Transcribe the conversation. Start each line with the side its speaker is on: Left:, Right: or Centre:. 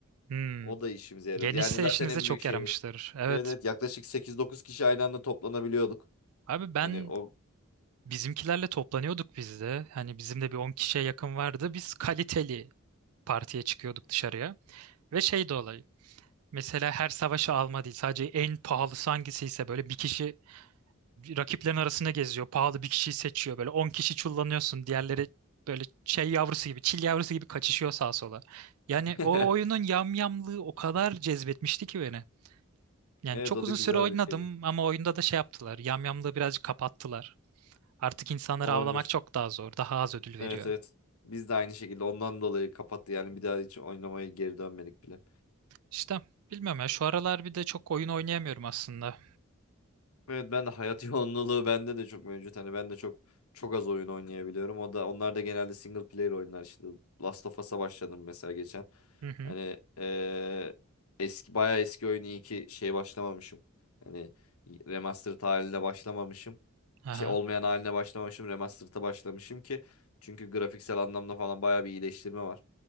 Right: hmm.
Left: o da işimize yarıyordu
Right: Genişse
Left: yani zaten
Right: işinize
Left: en
Right: çok
Left: büyük şeyi
Right: yaramıştır. Evet.
Left: evet evet yaklaşık sekiz dokuz kişi aynı anda toplanabiliyorduk
Right: Abi ben
Left: hani o
Right: bizimkilerle toplanıyorduk biz de. Hani bizim de bir 10 kişiye yakın vardı. Biz kaliteli partiye çıkıyorduk dışarıya. Ve şey de olay. Mesela her savaşı alma değil. Sadece en pahalısı hangisiyse böyle bir kişi rakiplerin arasında geziyor. Pahalı bir kişiyi seçiyor. Böyle 10 kişi çullanıyorsun. Diğerleri böyle şey yavrusu gibi, çil yavrusu gibi kaçışıyor sağa sola. Yani
Left: <laughs>
Right: o oyunun yamyamlığı o kadar cezbetmişti ki beni. Yani
Left: evet
Right: çok
Left: o
Right: uzun
Left: da güzel
Right: süre oynadım
Left: bir şeydi
Right: ama oyunda da şey yaptılar. Yamyamlığı birazcık kapattılar. Artık insanları
Left: olabilir.
Right: avlamak çok daha zor. Daha az ödül veriyor.
Left: Evet evet. Biz de aynı şekilde ondan dolayı kapattı yani bir daha hiç oynamaya geri dönmedik bile.
Right: İşte bilmiyorum ya şu aralar bir de çok oyun oynayamıyorum aslında.
Left: Evet ben de hayat <laughs> yoğunluğu bende de çok mevcut. Hani ben de çok çok az oyun oynayabiliyorum. O da onlar da genelde single player oyunlar işte Last of Us'a başladım mesela geçen.
Right: Hı hı.
Left: Hani eee, eski bayağı eski oyun iyi ki şeye başlamamışım. Hani remastered haline başlamamışım.
Right: Aha.
Left: Şey olmayan haline başlamamışım. Remastered'a başlamışım ki çünkü grafiksel anlamda falan bayağı bir iyileştirme var.